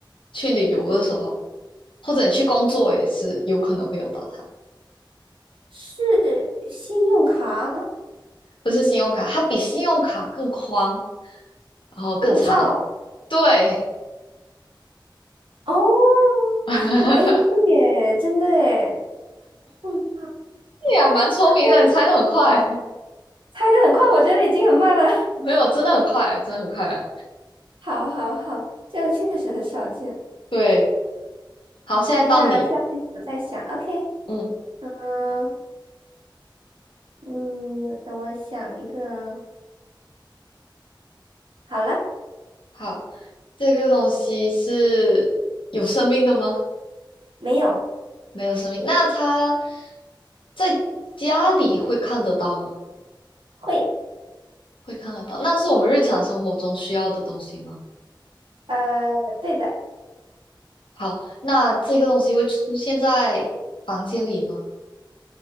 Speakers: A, on the left; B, on the right.
A: 去旅游的时候，或者你去工作也是有可能会用到它。
B: 是信用卡、
A: 不是信用卡，它比信用卡更宽，然后更长。
B: 护照
A: 对，
B: 哦，
A: <laughs>
B: 哎，对耶，真的耶，护照
A: 你还蛮聪明的，
B: <laughs>
A: 你猜的很快。
B: 猜的很快，我觉得已经很慢了。
A: 没有，真的很快，真的很快。
B: <laughs> 好好好，这个确实很少见。
A: 对，好，现在到你。
B: 那下面我再想，OK，
A: 嗯，
B: 嗯嗯，等我想一个。好了，
A: 好，这个东西是有生命的吗？
B: 没有，
A: 没有生命。那它在家里会看得到吗？
B: 会。
A: 会看得到。那是我们日常生活中需要的东西吗？
B: 呃，对的，
A: 好，那这个东西会出现在房间里吗？